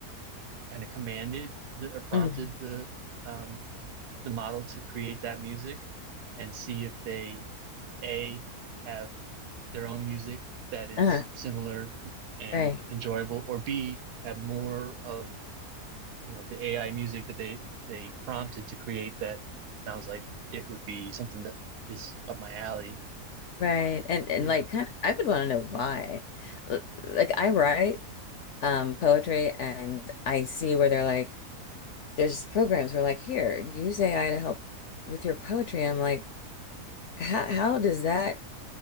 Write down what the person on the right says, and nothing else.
kind of commanded the, or prompted
the um, the model to create that music and see if they A, have their own music that is
similar and
enjoyable, or B, have more of, you know, the AI music that they they prompted to create that sounds like it would be something that is up my alley.
Yeah.